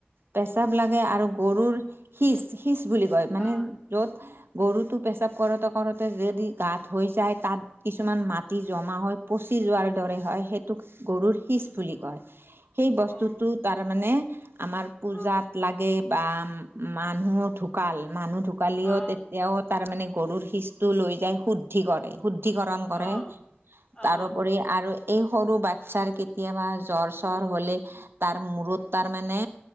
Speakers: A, on the right; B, on the left.
A: পেচাব লাগে আৰু গৰুৰ শিচ শিচ বুলি কয় মানে।
B: আহ
A: য'ত গৰুটো পেচাব কৰোঁতে কৰোঁতে যদি গাত হৈ যায় তাত। কিছুমান মাটি জমা হয় পচি যোৱাৰ দৰে হয় সেইটোক। গৰুৰ সিচ বুলি কয়। সেই বস্তুটো
B: অ
A: তাৰ মানে আমাৰ পূজাত
B: অ
A: লাগে। বা মানুহ ঢুকাল মানুহ ঢুকালিও
B: অ অ
A: তেতিয়াও। তাৰ মানে গৰুৰ শিচটো লৈ যায় শুদ্ধি কৰে শুদ। তিকৰণ কৰে
B: অ
A: তাৰোপৰি
B: অ
A: আৰু। এই সৰু বাচ্ছাৰ কেতিয়াবা জ্বৰ চৰ হলে তাৰ মূৰত তাৰ মানে।